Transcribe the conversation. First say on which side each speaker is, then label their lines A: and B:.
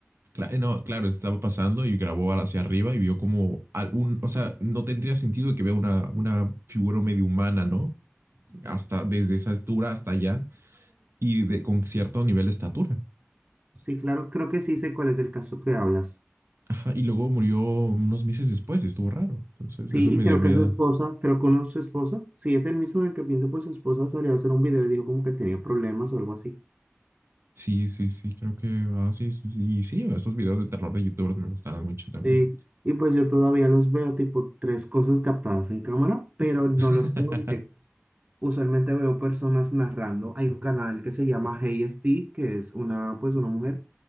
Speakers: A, on the right; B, on the right.
A: Cla- eh, No, claro, estaba pasando y grabó hacia arriba y vio como algún, o sea, no tendría sentido que vea una, una figura medio humana, ¿no? Hasta desde esa altura hasta allá y de, con cierto nivel de estatura.
B: Sí, claro, creo que sí sé cuál es el caso que hablas.
A: Ajá, y luego murió unos meses después estuvo raro. Entonces,
B: Sí,
A: eso me
B: y creo
A: dio miedo.
B: que su esposa, creo que uno su esposa, sí, es el mismo en el que pienso, pues su esposa salió a hacer un video y dijo como que tenía problemas o algo así.
A: Sí, sí, sí, creo que, ah, sí, sí, sí, sí, esos videos de terror de youtubers me gustaban mucho también.
B: Sí, y pues yo todavía los veo tipo tres cosas captadas en cámara, pero no
A: <laughs>
B: los puedo ver. Usualmente veo personas narrando. Hay un canal que se llama Hey ST, que es una, pues una mujer,